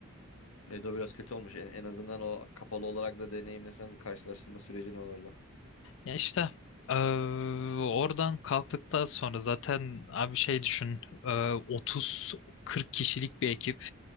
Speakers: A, on the left; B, on the left.
A: Evet o biraz kötü olmuş. En, en azından o kapalı olarak da deneyimlesen bir karşılaştırma sürecin olurdu.
B: Ya işte eee, oradan kalktıktan sonra zaten abi şey düşün eee, 30-40 kişilik bir ekip.